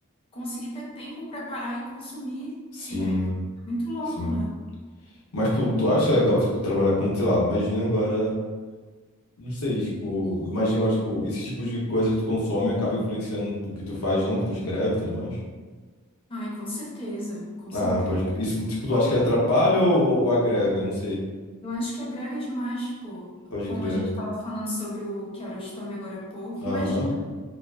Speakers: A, on the left; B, on the left.
A: conseguir ter tempo para parar e consumir
B: Sim,
A: cinema. Muito louco,
B: sim.
A: né?
B: Mas tu, tu acha legal, tipo, trabalhar com, sei lá, imagina agora. Não sei, tipo, imagina agora, tipo, esse tipo de coisa que tu consome acaba influenciando o que tu faz, não, o que tu escreve e tudo mais.
A: Ai, com certeza, com
B: Ah,
A: certeza.
B: pode crer. Isso, tipo, tu acha que atrapalha ou, ou- ou agrega? Não sei.
A: Eu acho que agrega demais, pô.
B: Pode
A: Como
B: crer.
A: a gente estava falando sobre o Kiarostami agora há pouco,
B: Aham.
A: imagina